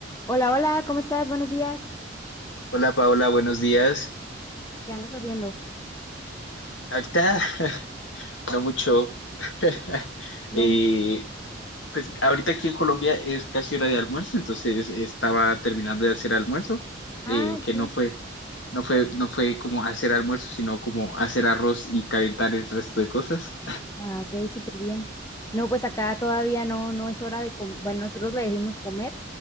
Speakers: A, on the left; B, on the left.
A: Hola, hola, ¿cómo estás? Buenos días.
B: Hola Paola, buenos días.
A: ¿Qué andas haciendo?
B: Ahorita <laughs> no mucho. <laughs>
A: No,
B: Eh,
A: mu-
B: pues ahorita aquí en Colombia es casi hora de almuerzo, entonces estaba terminando de hacer almuerzo, eh,
A: ah, ok.
B: que no fue, no fue, no fue como hacer almuerzo, sino como hacer arroz y calentar el resto de cosas.
A: Ah, ok, súper bien. No, pues acá todavía no, no es hora de comer. Bueno, nosotros le decimos comer.